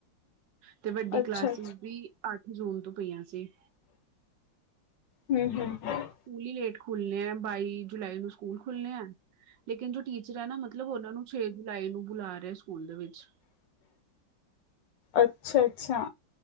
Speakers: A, on the right; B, on the left.
A: ਤੇ ਵੱਡੀ
B: ਅੱਛਾ
A: ਕਲਾਸਿਸ ਦੀ ਅੱਠ ਜੂਨ ਤੋ ਪਈਆਂ ਸੀ।
B: ਹੂ, ਹੂ
A: ਸਕੂਲ ਈ ਲੇਟ ਖੁੱਲ ਨੇ ਬਾਈ ਜੁਲਾਈ ਨੂੰ ਸਕੂਲ ਖੁੱਲ ਨੇ, ਲੇਕਿਨ ਜੋ ਟੀਚ ਟੀਚਰ ਨਾ ਮਤਲਬ ਉਹਨਾਂ ਨੂੰ ਛੇ ਜੁਲਾਈ ਨੂ ਬੁਲਾ ਰਹੇ ਸਕੂਲ ਦੇ ਵਿਚ।
B: ਅੱਛਾ, ਅੱਛਾ।